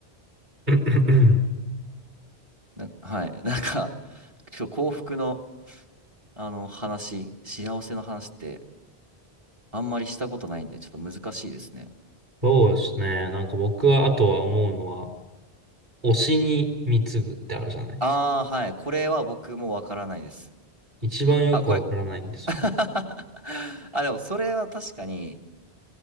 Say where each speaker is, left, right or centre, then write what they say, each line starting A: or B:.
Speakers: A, on the right; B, on the right.
A: <clears throat>
B: な、はい。<laughs> なんか、今日幸福の、あの話、幸せの話ってあんまりしたことないんで、ちょっと難しいですね。
A: そうですね。なんか僕は、
B: うん、
A: あとは思うのは、推しに貢ぐってあるじゃないですか。
B: ああ、はい。これは僕もわからないです。
A: 一番よくわからないんですよね。
B: あ、これ、<laughs> あ、でもそれは確かに、